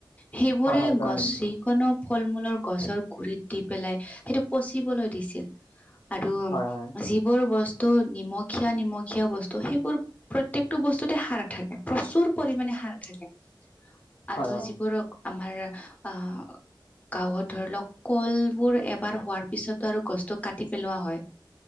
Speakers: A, on the left (about 15°); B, on the left (about 70°).
A: সেইবোৰে
B: হয় হয় পেলাই
A: গছিকণক
B: নিম
A: ফল মূলৰ গছৰ গুৰিত দি পেলাই সেইটো পচিবলৈ দিছিল। আৰু
B: হয় হয়
A: যিবোৰ বস্ত- টো নিমখীয়া নিমখীয়া বস্তু সেইবোৰ প্ৰত্যেকটো বস্তুতে সাৰ- থাকে। প্ৰচুৰ পৰিমণে হাৰ থাকে আৰু
B: হয়
A: যিবোৰোক আমাৰ অ গাঁৱত ধৰ কলবোৰ এবাৰ হোৱাৰ পিছতো আৰু গছটো কাটি পেলোৱা হয়